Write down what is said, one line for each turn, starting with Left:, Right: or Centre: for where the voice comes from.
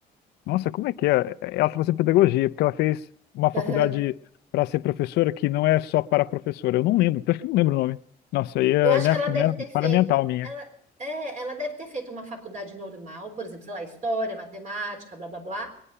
Left: Nossa, como é que é? Ela está fazendo pedagogia, porque ela fez uma faculdade
Right: dela.
Left: para ser professora que não é só para professora. Eu não lembro, acho que não lembro o nome. Nossa, aí é
Right: Eu acho
Left: minha,
Right: que ela deve
Left: minha
Right: ter feito,
Left: falha mental minha.
Right: ela, é, ela deve ter feito uma faculdade normal, por exemplo, sei lá, história, matemática, blá blá blá.